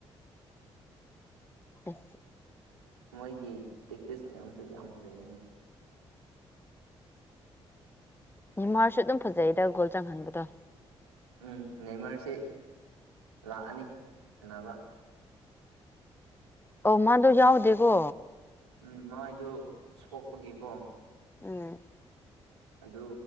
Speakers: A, on the left; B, on the right.
A: ꯎ
B: ꯃꯣꯏꯒꯤ ꯇꯦꯛꯇꯤꯁ ꯃꯌꯥꯝꯁꯨ ꯌꯥꯝ ꯐꯖꯩꯌꯦꯅꯤ
A: ꯅꯤꯃꯥꯔꯁꯨ ꯑꯗꯨꯝ ꯐꯖꯩꯌꯦꯗ ꯒꯣꯜ ꯆꯪꯍꯟꯕꯗꯣ
B: ꯎꯝ ꯅꯦꯃꯔꯁꯤ ꯂꯥꯛꯑꯅꯤ ꯁꯥꯟꯅꯕ
A: ꯑꯣ ꯃꯥꯗꯨ ꯌꯥꯎꯗꯦꯀꯣ
B: ꯎꯝ ꯃꯥꯏꯗꯨ ꯁꯣꯛꯄꯒꯤꯀꯣ
A: ꯎꯝ
B: ꯑꯗꯨ